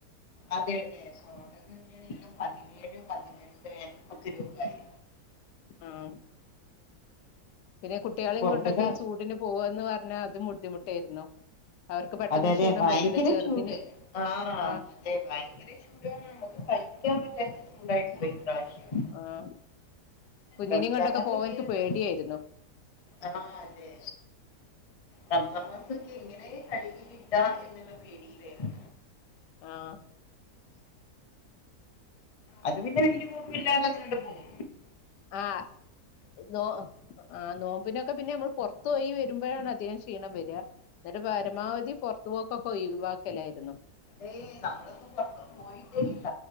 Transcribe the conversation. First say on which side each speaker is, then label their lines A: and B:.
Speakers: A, on the left; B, on the left.
A: അതെ അതെ ഇവിടെ പതിനേഴ് പതിനെട്ട് ഒക്കെ രൂപായി
B: ആഹ് പിന്നെ കുട്ടികളെയും
A: പൊറത്ത്ന്ന്
B: കൊണ്ടൊക്കെ ഈ ചൂടിന് പോവന്ന് പറഞ്ഞാൽ അതും ബുദ്ധിമുട്ടായിരുന്നു അവർക്ക് പെട്ടെന്ന്
A: അതെ
B: ക്ഷീണം
A: അതെ ഭയങ്കര
B: പറ്റുവല്ലോ ചെറുതിന്
A: ചൂട് ആ
B: ആഹ്
A: അതെ ഭയങ്കര ചൂടാണ് നമുക്ക് സയി ക്കാൻ പറ്റാത്ത ചൂടായി പോയി ഇപ്രാവശ്യം
B: ആഹ് കുഞ്ഞിനേം
A: റംസാം
B: കൊണ്ടൊക്കെ
A: മാസൊക്കെയാണ്
B: പോവാൻ എനിക്ക് പേടിയായിരുന്നു
A: ആഹ് അതെ റമദാൻ മാസ ക്കെ എങ്ങനെ കഴിഞ്ഞ് കിട്ടാ എന്നുള്ള പേടിയിൽ ആയിരുന്നു
B: ആഹ്
A: അത് പിന്നെ വല്യ കൊഴപ്പല്ലാതെ അങ്ങനെയങ്ങട് പോന്നു
B: ആ നോ ആ നോമ്പിനൊക്കെ പിന്നെ മ്മള് പുറത്ത് പോയി വരുമ്പോഴാണ് ധികം ക്ഷീണം വരിക എന്നിട്ട് പരമാവധി പൊറത്തുപോക്കൊക്കെ ഒയിവാക്കലായിരുന്നു
A: ഏയ് നമ്മള് ഒന്നും പൊറത്ത് പോയിട്ടേയില്ല